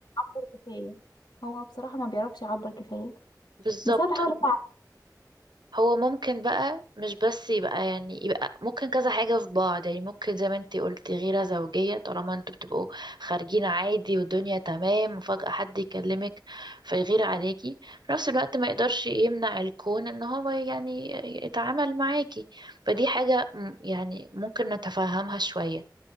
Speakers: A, on the left; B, on the right.
A: بيعبر كفايه هو بصراحه ما بيعرفش يعبر كفايه
B: بالظبط
A: بس انا بحاول اتعب
B: هو ممكن بقى مش بس يبقى يعني يبقى ممكن كذا حاجة في بعض يعني ممكن زي ما انتي قلتي غيرة زوجية طالما انتوا بتبقوا خارجين عادي والدنيا تمام وفجأة حد يكلمك فيغير عليكي في نفس الوقت ما يقدرش يمنع الكون ان هو يعني يتعامل معاكي فدي حاجة م- يعني ممكن نتفهمها شوية